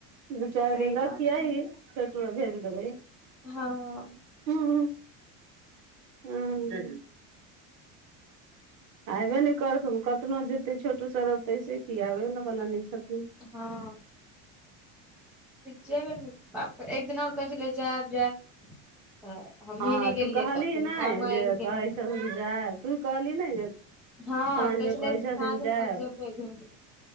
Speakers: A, on the right; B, in the centre.
A: दू चारि
B: सही
A: दिन
B: बात
A: रखियेहि
B: है
A: फेर ककरो भेज देबैय।
B: हँ।
A: हू। हूँ। आयबे ने करथुन कतनो जेतै छोटू सौरभ तय स कि आबै बला नै छथुन।
B: हँ। जेबै नै बाप एक दिन आर कहै छलै जायब जायब तऽ हमही
A: हँ
B: नहि गेलियै
A: तू कहली
B: तऽ फेर
A: नै
B: कामो
A: जे
B: आबि गेलै
A: कहै छतुन जैब तू कहली नहि जे
B: हँ
A: साँझमे
B: तऽ छलै
A: कहै
B: से
A: छथिन
B: साँझ
A: जायब।
B: तक जेबै घुमि के